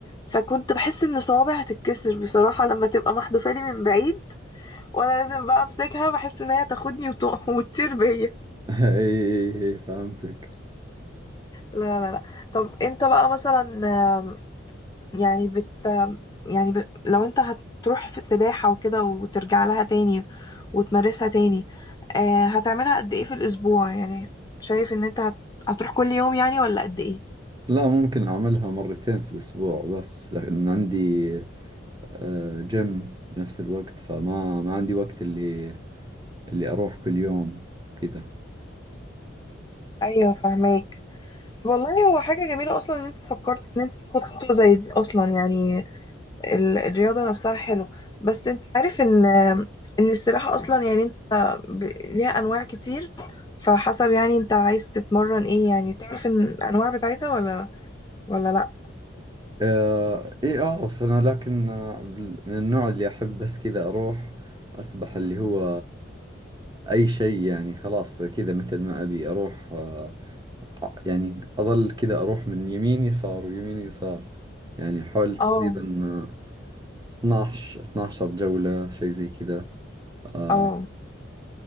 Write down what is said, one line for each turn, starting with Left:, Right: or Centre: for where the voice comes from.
Left: فكنت بحس ان صوابعي هتتكسر بصراحه لما تبقى محدوفه لي من بعيد وانا لازم بقى امسكها بحس ان هي تاخدني وت- <laughs> وتطير بيا
Right: <laughs> أي أي- أي، فهمتك
Left: لا لا لا طب انت بقى مثلا آم، يعني بت آم، يعني ب... لو انت هتروح في سباحه وكده وترجع لها تاني وتمارسها تاني آه، هتعملها قد ايه في الاسبوع يعني شايف ان انت هت... هتروح كل يوم يعني ولا قد ايه
Right: لا ممكن أعملها مرتين في الأسبوع بس لأن عندي آه، جيم بنفس الوقت فما ما عندي وقت اللي اللي أروح كل يوم كذا
Left: ايوه فاهمك والله هو حاجة جميلة أصلا إن أنت فكرت إن أنت تاخد خطوة زي دي أصلا يعني ال- الرياضة نفسها حلو بس أنت عارف إن إن السباحة أصلا يعني أنت ب- ليها أنواع كتير فحسب يعني أنت عايز تتمرن إيه يعني تعرف إن الأنواع بتاعتها ولا ولا لأ
Right: آه، إيه أعرف أنا لكن آه، بال- من النوع اللي أحب بس كذا أروح أسبح اللي هو أي شيء يعني خلاص كذا مثل ما أبي أروح آه، ع- يعني أظل كذا أروح من يمين يسار ويمين يسار يعني حول تقريبا
Left: اه
Right: آه، 12 12 جولة شيء زي كذا آه،
Left: اه